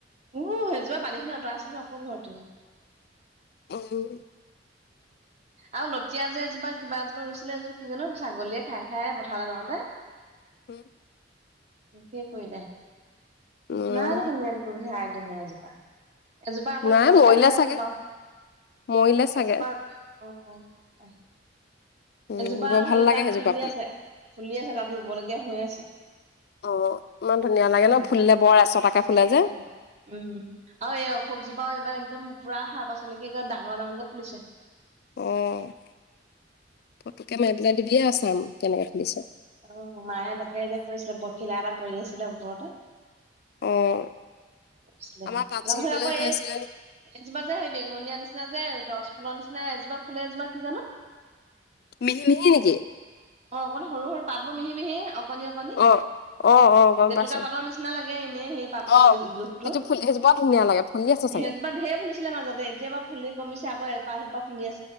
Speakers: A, on the right; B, on the left.
A: ও হেতু পে পানীখিনি অতৰাইছিলো হে আকৌ ভৰ
B: উম।
A: আৰু লতিয়া যে এজোপা কিবা এজোপা ৰুইছিলে এযোপ কি জানো ছাগলীয়ে খাই খাই পথাৰলৈ যাওঁতে।
B: উম।
A: শেষে কৰিলে।
B: উম
A: নাই দেখোন <unintelligible> সেই <unintelligible> জোপা। এজোপা আকৌ
B: নাই
A: ৰুব
B: মৰিলে
A: লগীয়া হৈ
B: চাগে
A: আছে বাৰু।
B: মৰিলে চাগে
A: এজোপা অ', পাই
B: উম
A: এজোপা
B: বৰ
A: আৰু
B: ভাল
A: হেৰি
B: লাগে
A: তাত
B: সেইজোপা
A: ফুলি
B: ফুল
A: আছে ফুলি আছে তাত ৰুব লগীয়া হৈ আছে।
B: অ', ইমান ধুনীয়া লাগে
A: ধৰি
B: ন ফুলিলে বৰ এচটাকে ফুলে যে।
A: উম, উম, আৰু এই অশোক জোপাও এইবাৰ একদম পুৰা সাৰ পাইছে নেকি ডাঙৰ ডাঙৰকে ফুলিছে।
B: অ', ফটোকে মাৰি পেলাই দিবি আৰু ছাম কেনেকে ফুলিছে?
A: অ', মায়ে তাকে এতিয়া কৈছিলে পখিলা এটা পৰি আছিলে ওপৰতে।
B: অ'।
A: তাৰপিছত
B: আমাৰ তাঁত ছিঙিবলৈ
A: আকৌ এই
B: হৈ
A: এজোপা
B: আছিলে
A: যে সেই বেঙুনীয়া নিচিনা যে তৰ্চ ফুলৰ নিচিনা এজোপা ফুলে এজোপা কি জানো?
B: মিহি মিহি নেকি?
A: অ', অকমান সৰু সৰু পাতবোৰ মিহি মিহি অকণি অকণি।
B: অ', অ', অ', গম
A: জেতুকা
B: পাইছোঁ।
A: পাতৰ নিচিনা লাগে এনে সেই পাতবোৰ
B: অ',
A: জোখটো।
B: সেইটো ফুল সেইজোপা ধুনীয়া লাগে ফুলি আছে চাগে।
A: সেইজোপা ঢেৰ ফুলিছিলে মাজতে। এতিয়াৰ বাৰু ফুলি কমিছে আকৌ এপাহ দুপাহ ফুলি আছে।